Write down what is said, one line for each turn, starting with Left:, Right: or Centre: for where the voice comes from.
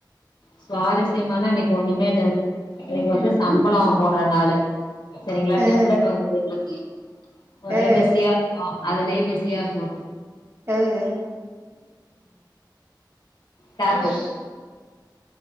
Left: சுவாரஸ்யமானா இன்னைக்கு ஒண்ணுமே இல்ல இன்னைக்கு வந்து சம்பளம்
Right: ம்
Left: போட்ற நாளு சரிங்ளா
Right: ஆ
Left: டெம்லெட் வந்துட்டு எங்களுக்கு ஒரே
Right: ஆ
Left: பிஸியா இருந்தோ அதுலேயே பிஸியா இருந்தோ
Right: ம்
Left: கேப்பு